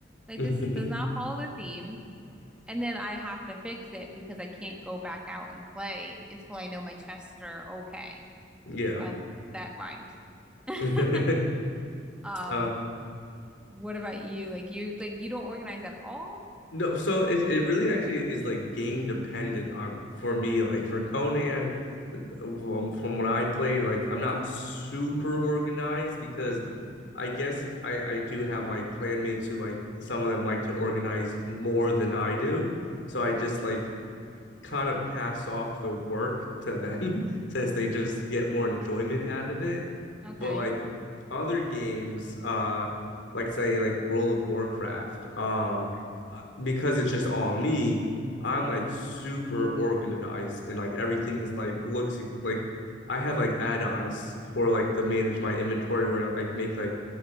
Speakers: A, in the centre; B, on the left (about 90°).
A: Like
B: <laughs>
A: this is, does not follow the theme. And then I have to fix it because I can't go back out and play until I know my chests are okay.
B: yeah.
A: Well, that rhymed. <laughs>
B: <laughs>
A: Um,
B: uh,
A: what about you? Like you like you don't organize at all?
B: No, so it it really actually is like game dependent on for me. Like for Conan, from from what I played, like I'm not super organized because
A: hmm
B: I guess I I do have like clanmates who like some of them like to organize more than I do. So I just like kind of pass off the work to them <laughs> since they just get more enjoyment out of it.
A: Okay.
B: But like other games, uh, like say like World of Warcraft, um, uh, because it's just all me, I'm like super organized and like everything is like looks like I have like add-ons for like to manage my inventory where I make like